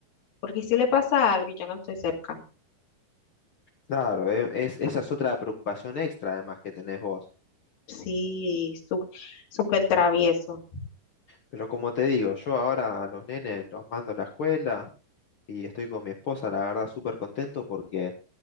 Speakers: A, on the left (about 85°); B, on the left (about 65°).
A: Porque si le pasa algo y yo no estoy cerca.
B: Claro, e- es, esa es otra preocupación extra además que tenés vos.
A: Sí, su- súper travieso.
B: Pero como te digo, yo ahora a los nenes los mando a la escuela y estoy con mi esposa, la verdad, súper contento porque